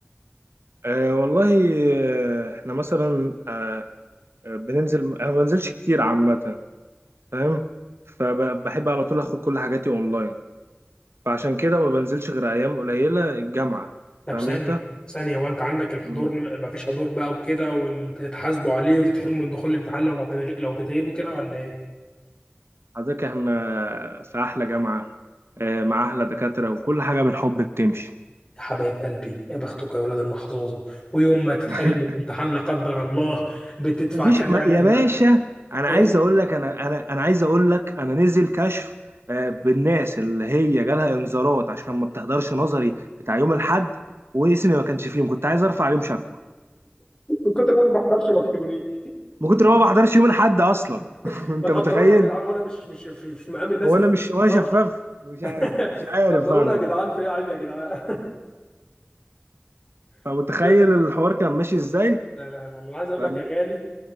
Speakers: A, on the right; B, on the left.
A: أه والله آه، احنا مثلا أه آه، بننزل انا ما بنزلش كتير عامه فاهم فبحب على طول اخد كل حاجاتي اونلاين فعشان كده ما بنزلش غير ايام قليله الجامعه
B: طب
A: فاهم
B: ثانية
A: انت
B: ثانية وانت عندك الحضور
A: مم.
B: م- مفيش حضور بقى وكده وبتتحاسبوا عليه وتتحرموا من دخول الامتحان لو ما بتغ... لو بتغيبوا كده ولا ايه؟
A: حضرتك احنا في احلى جامعه أه مع احلى دكاتره وكل حاجه بالحب بتمشي
B: يا حبايب قلبي يا بختكم يا ولاد المحظوظة ويوم ما تتحرم
A: <laughs>
B: من الامتحان لا قدر الله بتدفع
A: مفيش
B: كام
A: ما
B: يعني
A: يا
B: في الم...
A: باشا انا
B: ايه؟
A: عايز اقول لك انا انا انا عايز اقول لك انا نزل كشف آه، بالناس اللي هي جالها انذارات عشان ما بتحضرش نظري بتاع يوم الاحد واسمي ما كانش فيهم كنت عايز ارفع عليهم شكوى
B: من كتر ما انا ما بحضرش ما تكتبوني
A: من كتر ما ما بحضرش يوم الاحد اصلا <laughs>
B: <laughs>
A: انت
B: ما تقدروني
A: متخيل
B: يا جدعان وانا مش مش مش مش مقام الناس
A: هو
B: اللي
A: انا مش وانا
B: ما
A: شفاف
B: بحضرش
A: مش عارف
B: <laughs>
A: مش عارف
B: قدرونا
A: انا
B: يا جدعان في ايه عيب يا جدعان
A: فمتخيل
B: <laughs> بس
A: الحوار كان ماشي ازاي
B: لا لا لا انا عايز اقول
A: فبج...
B: لك يا غالي